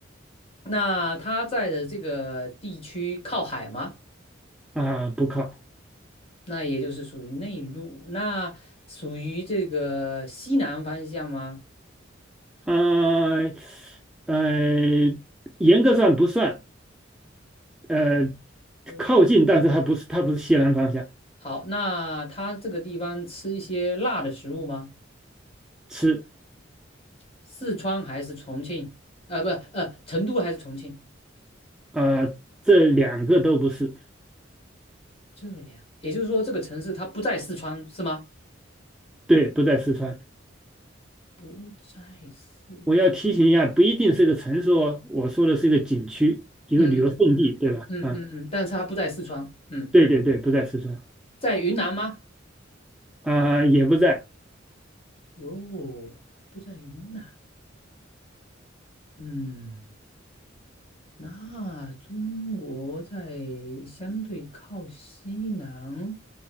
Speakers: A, on the left; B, in the centre.
A: 那它在的这个地区靠海吗？
B: 啊，不靠
A: 那也就是属于内陆，那属于这个西南方向吗？
B: 啊呃，严格上不算，呃，
A: 对
B: 靠近，但是它不是它不是西南方向，
A: 好，那它这个地方吃一些辣的食物吗？
B: 吃
A: 四川还是重庆？呃，不，呃，成都还是重庆？
B: 啊、这两个都不是，
A: 这两，也就是说这个城市它不在四川是吗？
B: 对，不在四川
A: 不在四，
B: 我要提醒一下，不一定是个城市哦，我说的是一个景区，一个旅游胜地，
A: 嗯嗯嗯嗯嗯嗯嗯，
B: 对吧？啊，
A: 但是它不在四川，嗯，
B: 对对对，不在四川
A: 在云南吗？
B: 啊，也不在
A: 哟，还不在云南，嗯。那中国在相对靠西南，